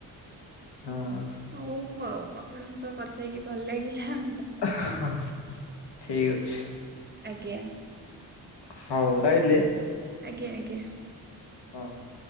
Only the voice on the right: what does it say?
ହଉ ଆଉ ଆପଣଙ୍କ ସହ କଥା ହେଇକି ଭଲ ଲାଗିଲା ହାଁ।
ଆଜ୍ଞା।
ଆଜ୍ଞା ଆଜ୍ଞା।